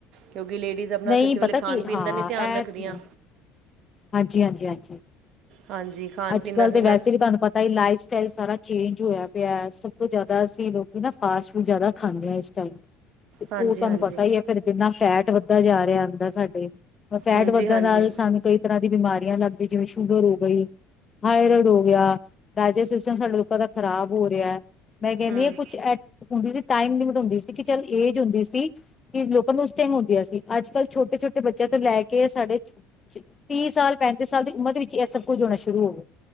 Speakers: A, on the right; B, on the left.
A: ਕਿਉਂਕਿ ਲੇਡੀਜ਼ ਜੇ ਆਪਣਾ
B: ਨਹੀਂ
A: ਕਿਸੇ
B: ਪਤਾ
A: ਵੇਲੇ ਖਾਨ
B: ਕੀ
A: ਪੀਨ
B: ਹਾਂ
A: ਦਾ ਨੀ ਧਿਆਨ
B: ਇਹ
A: ਰੱਖਦੀਆਂ।
B: ਤੇ ਹੈ ਹਾਂਜੀ, ਹਾਂਜੀ, ਹਾਂਜੀ।
A: ਹਾਂਜੀ। ਖਾਣ
B: ਅੱਜ-ਕੱਲ੍ਹ
A: ਪੀਣ ਦਾ ਅਸੀਂ
B: ਤੇ
A: ਇੰਨਾ
B: ਵੈਸੇ ਵੀ ਤੁਆਨੁ ਪਤ ਤਾਂ ਏ ਲਾਈਫ ਸਟਾਈਲ ਸਾਰਾ ਚੇਂਜ ਹੋਇਆ ਪਿਆ, ਸਭ ਤੋਂ ਜਾਦਾ ਅਸੀਂ ਲੋਕੀ ਨਾ ਫਾਸਟ ਫੂਡ ਜਾਦਾ ਖਾਂਦੇ ਆਂ ਇਸ ਟਾਈਮ। ਤੇ
A: ਹਾਂਜੀ
B: ਓ ਤੁਹਾਨੂੰ
A: ਹਾਂਜੀ
B: ਪਤਾ ਹੀ ਐ ਸਾਨੂੰ ਕਿੰਨਾ ਫੈਟ ਵੱਧਦਾ ਜਾ ਰਿਹਾ ਅੰਦਰ ਸਾਡੇ। ਔਰ ਫੈਟ
A: ਹਾਂਜੀ
B: ਵੱਧਣ
A: ਹਾਂਜੀ
B: ਨਾਲ ਸਾਨੂੰ ਕਈ ਤਰ੍ਹਾਂ ਦੀ ਬਿਮਾਰੀਆਂ ਲੱਗਦੀ ਜਿਵੇਂ ਸ਼ੂਗਰ ਹੋ ਗਈ। ਥਾਈਰੈਡ ਹੋ ਗਿਆ ਡਾਇਜਸਟ ਸਿਸਟਮ ਸਾਡੇ ਲੋਕਾਂ ਦਾ ਖਰਾਬ ਹੋ ਰਿਹਾ, ਮੈਂ ਕਹਿੰਦੀ
A: ਹੂੰ
B: ਆਂ ਕੁਛ ਇੱਕ ਹੁੰਦੀ ਸੀ ਟਾਈਮ ਲਿਮਿਟ ਹੁੰਦੀ ਸੀ ਕਿ ਚੱਲ ਏਜ ਹੁੰਦੀ ਸੀ। ਕਿ ਲੋਕਾਂ ਨੂੰ ਉਸ ਟਾਈਮ ਹੁੰਦੀਆਂ ਸੀ, ਅੱਜ-ਕੱਲ੍ਹ ਛੋਟੇ-ਛੋਟੇ ਬੱਚਿਆਂ ਤੋਂ ਲੈ ਕੇ ਸਾਡੇ ਤੀਹ ਸਾਲ, ਪੈਂਤੀ ਸਾਲ ਦੀ ਉਮਰ ਦੇ ਵਿੱਚ ਐ ਸਭ ਕੁੱਝ ਹੋਣਾ ਸ਼ੁਰੂ ਹੋ ਗਿਆ।